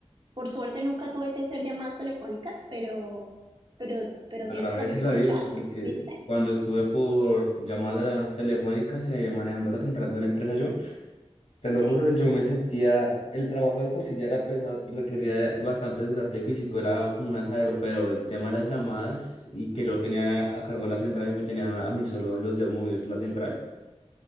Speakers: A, on the right; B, on the left.
A: por suerte nunca tuve que hacer llamadas telefónicas, pero, pero, pero
B: Agradecerle
A: tienes también por
B: a Dios
A: chat,
B: porque
A: ¿viste?
B: cuando estuve por llamada telefónicas eh, manejando la central de una empresa yo, te lo
A: Sí,
B: juro, yo me sentía, el trabajo de por sí ya era pesado, requería de bastante desgaste físico, era como un asadero, pero el tema de las llamadas y que yo tenía a cargo la central y me tenía a mí solo en los días movidos la central.